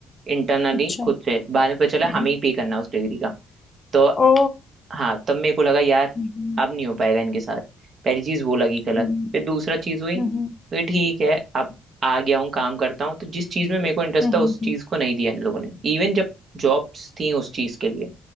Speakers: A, on the right; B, on the left.
A: इंटरनली
B: अच्छा
A: खुद से बाद में पता चला
B: हम्म
A: हमें ही पे करना है उस डिग्री का तो
B: ओ
A: हाँ तब मेरे को लगा यार
B: हम्म
A: अब नहीं हो पाएगा इनके साथ पहली चीज वो लगी गलत
B: हम्म
A: फिर दूसरा चीज हुई
B: हम्म
A: तो ये ठीक है अब आ गया हूँ काम करता हूँ तो जिस चीज में मेरे को इंटरेस्ट
B: हम्म
A: था उस चीज को नहीं दिया इन लोगों ने इवन जब जॉब्स थी उस चीज के लिए